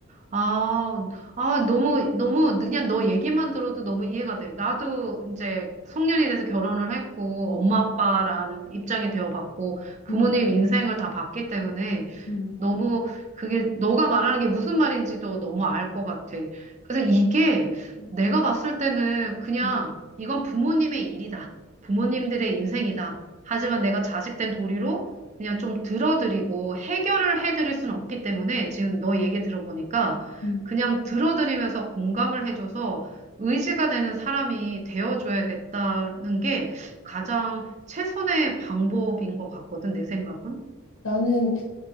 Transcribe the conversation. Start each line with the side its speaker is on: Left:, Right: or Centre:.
Right: 아, 아, 너무, 너무, 그냥 너 얘기만 들어도 너무 이해가 돼. 나도 이제 성년이 돼서 결혼을 했고, 엄마,
Left: 음
Right: 아빠라는 입장이 되어봤고, 부모님
Left: 음,
Right: 인생을 다 봤기 때문에
Left: 음,
Right: 너무 그게, 너가 말하는 게 무슨 말인지도 너무 알 것 같아. 그래서 이게
Left: 음,
Right: 내가 봤을 때는 그냥
Left: 음.
Right: 이건 부모님의 일이다. 부모님들의 인생이다. 하지만 내가 자식 된 도리로 그냥 좀 들어드리고 해결을 해드릴 수는 없기 때문에 지금 너 얘기 들어보니까
Left: 음.
Right: 그냥 들어드리면서 공감을 해줘서 의지가 되는 사람이 되어줘야겠다는 게 가장 최선의 방법인 것 같거든, 내 생각은.
Left: 나는